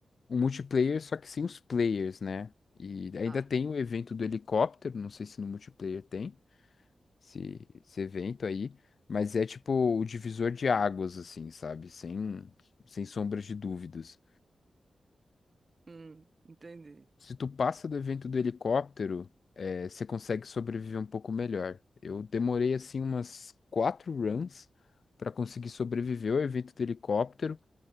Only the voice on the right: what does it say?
Ah,
hum, entendi.